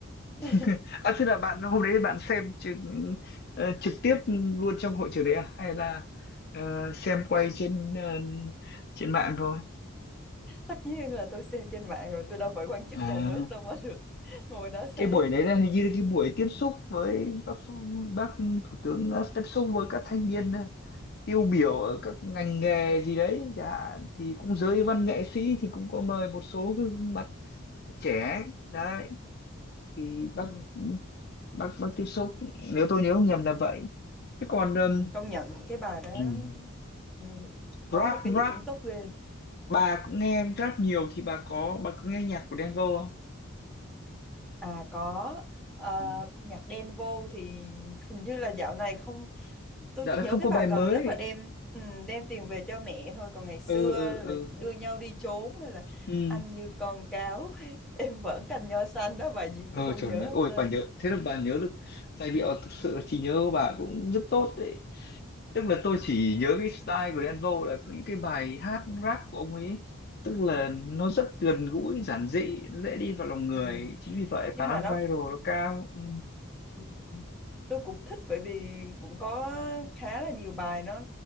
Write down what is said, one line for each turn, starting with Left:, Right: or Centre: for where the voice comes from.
Centre: <laughs>
Left: <laughs> à thế là bạn hôm đấy bạn xem trực, ờ, trực tiếp luôn trong hội trường đấy à? Hay là ờ, xem quay trên ờ, trên mạng thôi?
Centre: tất nhiên là tôi xem trên mạng rồi tôi đâu phải quan chức
Left: À,
Centre: nhà nước đâu mà được ngồi đó xem
Left: cái buổi đấy là hình như là cái buổi tiếp xúc với bác bác thủ tướng ờ, tiếp xúc với các thanh niên ờ, tiêu biểu ở các ngành nghề gì đấy chẳng hạn thì cũng
Centre: à
Left: giới văn nghệ sĩ thì cũng có mời một số cái gương mặt trẻ đấy thì bác
Centre: Ừ,
Left: bác bác tiếp xúc nếu tôi nhớ không nhầm là vậy thế còn
Centre: ừ,
Left: ừm,
Centre: công nhận cái bài đó
Left: ừm,
Centre: nhiều có
Left: rap
Centre: được cái
Left: rap
Centre: hiệu ứng tốt ghê
Left: bà cũng nghe rap nhiều thì bà có bà có nghe nhạc của Đen Vâu không
Centre: à có ờ,
Left: ừ.
Centre: nhạc đen vô thì hình như là dạo này không tôi
Left: dạ
Centre: chỉ
Left: là
Centre: nhớ
Left: không
Centre: cái
Left: có
Centre: bài
Left: bài
Centre: gần
Left: mới
Centre: nhất là đem ừ, đem tiền về cho mẹ thôi còn ngày xưa
Left: ừ ừ ừ
Centre: là đưa nhau đi trốn hay là
Left: ừ
Centre: anh như con cáo <laughs> em vẫn cành nho xanh đó bài gì
Left: ừ
Centre: tôi không
Left: trời
Centre: nhớ
Left: ơi ôi
Centre: tên
Left: bà nhớ thế là bà nhớ được giai điệu thực sự là trí nhớ của bà cũng rất tốt đấy. tức là tôi chỉ nhớ cái style của Đen Vâu là những cái bài hát rap của ông ấy tức
Centre: ừ.
Left: là nó rất gần gũi giản dị nó dễ đi vào lòng người
Centre: Ừ.
Left: chính vì vậy
Centre: nhưng
Left: khả năng
Centre: mà nó
Left: viral nó cao Ừ.
Centre: Ừ. tôi cũng thích bởi vì cũng có khá là nhiều bài nó